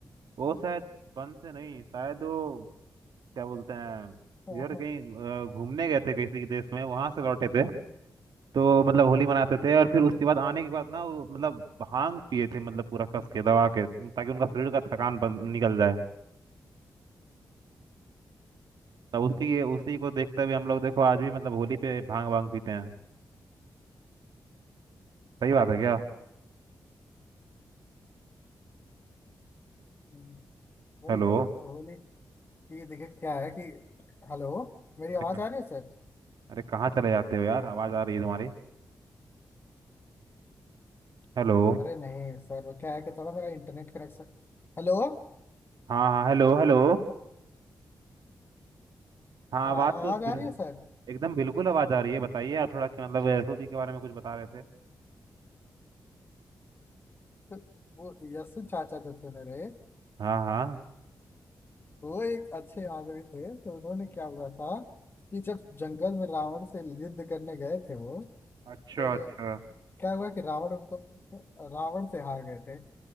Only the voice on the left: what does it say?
हाँ,
हम्म,
हम्म, वही
वही होली की दिक्कत क्या है कि हेलो मेरी आवाज
आ रही है सर
अरे नहीं सर वो क्या है कि थोड़ा मेरा इंटरनेट कनेक्शन हेलो
हाँ
आवाज
आ रही है सर
तो वो यस्सु चाचा जो थे मेरे
वो एक अच्छे आदमी थे तो उन्होंने क्या हुआ था कि जब जंगल में रावण से युद्ध करने गए थे वो
तो
क्या हुआ कि रावण उनको रावण से हार गए थे